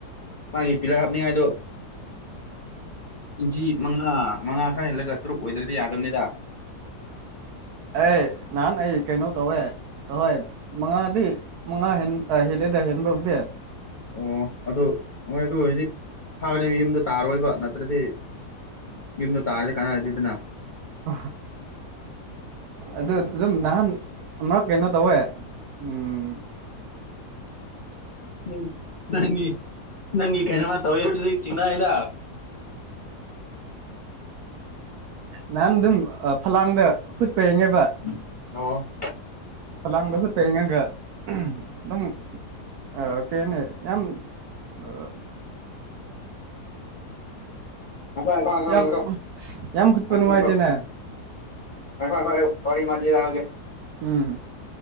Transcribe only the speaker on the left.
ꯃꯥꯒꯤ ꯄꯤꯂꯔ ꯍꯥꯞꯅꯤꯡꯉꯥꯏꯗꯣ ꯏꯟꯆꯤ ꯃꯪꯉꯥ ꯃꯪꯉꯥ ꯈꯔ ꯍꯦꯜꯂꯒ ꯇꯔꯨꯛ ꯑꯣꯏꯗ꯭ꯔꯗꯤ ꯌꯥꯗꯕꯅꯤꯗ
ꯑꯣ ꯑꯗꯨ ꯍꯣꯏ ꯑꯗꯨ ꯑꫭꯏꯗꯤ ꯐꯥꯒꯅꯤ ꯌꯨꯝꯗ ꯇꯥꯔꯣꯏꯕ ꯅꯠꯇ꯭ꯔꯗꯤ ꯌꯨꯝꯗ ꯇꯥꯔꯗꯤ ꯀꯥꯟꯅꯗꯔꯦꯗꯅ
ꯎꯝ ꯅꯪ ꯅꯪꯒꯤ ꯀꯩꯅꫭꯃ ꯇꯧꯋꯦ ꯍꯥꯏꯕꯗꯨꯗꯤ ꯆꯤꯡꯅꯩꯗ
ꯎꯝ ꯑꯣ
ꯑꯣꯀꯣ <unintelligible>
ꯃ ꯍꯔ ꯀꯔꯤ ꯃꯖꯤ ꯂꯎꯦ <unintelligible>